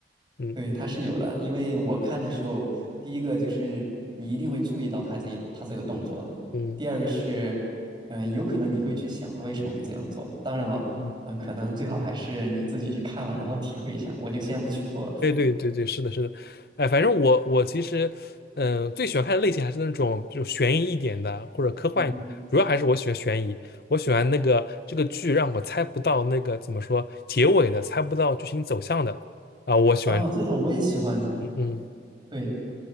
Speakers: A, on the left; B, on the right.
A: 嗯
B: 对，它是有的，因为我看的时候，第一个就是你一定会注意到他这一，他这个动作的，
A: 嗯
B: 第二个是，嗯、有可能你会去想他为什么会这样做。当然了，
A: 嗯
B: 嗯、可能最好还是你自己去看了，然后体会一下。我就先不剧透了。
A: 对对对对，是的，是的，哎，反正我我其实，嗯、最喜欢看的类型还是那种就悬疑一点的或者科幻一点，
B: 嗯，
A: 的，主要还是我喜欢悬疑，我喜欢那个这个剧让我猜不到那个怎么说结尾的，猜不到剧情走向的啊、我喜欢，
B: 哦，这种我也喜欢。
A: 嗯嗯，
B: 对，